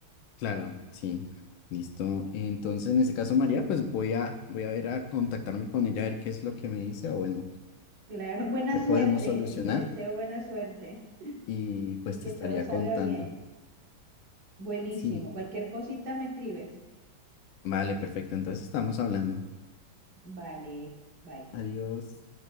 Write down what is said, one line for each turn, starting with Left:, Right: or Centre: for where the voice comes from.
Left: Claro, sí. Listo. Entonces, en este caso, María, pues voy a, voy a ver a contactarme con ella a ver qué es lo que me dice o bueno,
Right: Claro, <laughs> buena
Left: qué podemos
Right: suerte,
Left: solucionar
Right: te deseo buena suerte.
Left: y pues
Right: y
Left: te
Right: que
Left: estaría
Right: todo salga
Left: contando.
Right: bien. Buenísimo.
Left: Sí.
Right: Cualquier cosita me escribes.
Left: Vale, perfecto. Entonces estamos hablando.
Right: Vale, bye.
Left: Adiós.